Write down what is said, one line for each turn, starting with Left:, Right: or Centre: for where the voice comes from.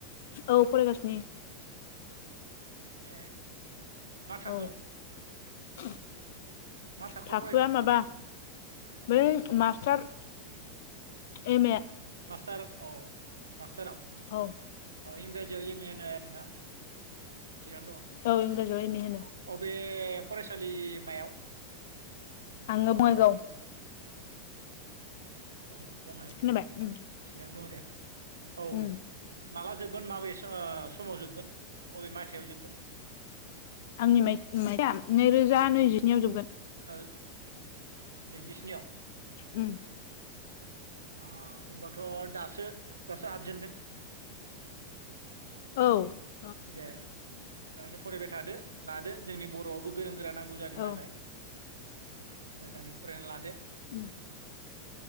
Left: औ फरायगासिनो
Right: ए मा थाखोआव
Left: औ <inaudible>
Right: मा थाखोआव
Left: थाखोआ
Right: फरायदों
Left: माबा बै मास्टार एम ए
Right: मास्टार औ मास्टाराव
Left: औ
Right: औ इंराजियाव एम ए दोना थिगानो दङ
Left: औ इंराजियाव एम ए होनो
Right: औ बे बे फरायसालिमायाव
Left: आङो बङाइगाव
Right: औ बङाइगाव
Left: खोनाबाय उम
Right: थिगानो दं दे औ
Left: उम
Right: माला जोबगोन माबे सो ओ समाव जोबगोन बबे मायथायाव जोबगोन?
Left: आंनि माइ माइया नैरोजा नैजिनैआव जोबगोन
Right: <inaudible> नैजिस्निआव
Left: उम
Right: अ होमबाथ' दासो दासो हाबजेनदों
Left: औ
Right: दे मोजाङैनो फरायबाय थादो लादो जोंनि बर'आवबो गोरों गोरा नांगौ जादों
Left: औ
Right: नालाय ओह मोजाङै फरायना लादो
Left: उम